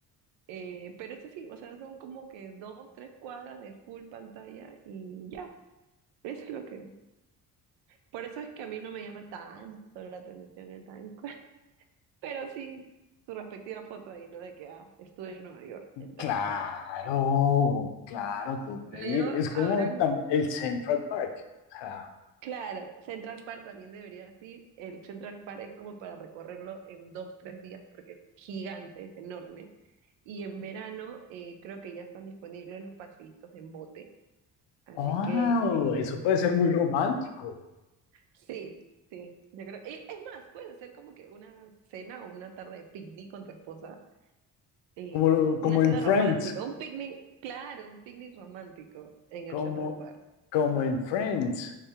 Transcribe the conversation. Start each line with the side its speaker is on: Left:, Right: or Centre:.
Right: Eh, pero eso sí, o sea, son como que dos, tres cuadras de full pantalla y ya, eso es lo que... Por eso es que a mí no me llama tanto la atención el Times Square, <laughs> pero sí su respectiva foto ahí, ¿no? De que, ah, estuve en Nueva York, en Times
Left: claro,
Right: Square.
Left: claro, tengo que
Right: Luego,
Left: ir. Es como
Right: ahora
Left: tam- el Central Park. O sea,
Right: Claro, Central Park también debería ir. El Central Park es como para recorrerlo en dos, tres días porque es gigante, es enorme. Y en verano eh, creo que ya están disponibles los paseitos en bote. Así
Left: wow,
Right: que eh,
Left: eso puede ser muy romántico.
Right: sí, sí, yo creo. y es más, puedes hacer como que una cena o una tarde de picnic con tu esposa. eh,
Left: Como, lo-
Right: una
Left: como
Right: cena
Left: en Friends,
Right: romántica, un picnic, claro, un picnic romántico en
Left: como,
Right: el Central Park.
Left: como en Friends.